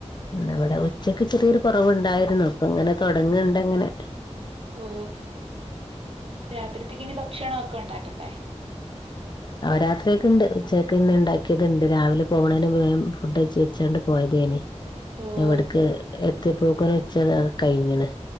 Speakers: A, on the left (about 40°); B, on the right (about 55°).
A: ഇവിടെ ഉച്ചക്ക് ചെറിയൊരു കുറവുണ്ടായിരുന്നു ഇപ്പൊ ഇങ്ങനെ തുടങ്ങണ്ട് അങ്ങനെ
B: ഓ രാത്രിത്തേക്കനി ഭക്ഷണൊക്കെ ഉണ്ടാക്കണ്ടേ
A: അവരാത്രിയൊക്കെ ഉണ്ട് ചേക്ക്ന്നെ ഉണ്ടാക്കിയത്ണ്ട് രാവിലെ പോകണേന് ഫുഡ് വെച്ചോണ്ട് പോയതേനി
B: ഓഹ്
A: ഇവിടക്ക് എത്തി പോക്കൻ വെച്ച കഴിഞ്ഞണ്